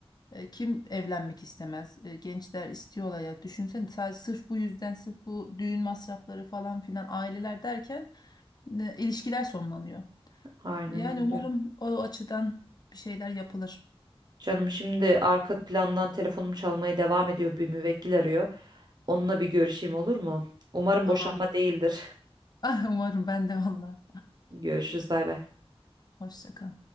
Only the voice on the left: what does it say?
E, kim evlenmek istemez? E, gençler istiyor hayat. Düşünsene sadece sırf bu yüzden sırf bu düğün masrafları falan filan aileler derken e, ilişkiler sonlanıyor.
Yani
umarım o açıdan bir şeyler yapılır.
Tamamdır.
<laughs> Umarım ben de valla.
Hoşça kal.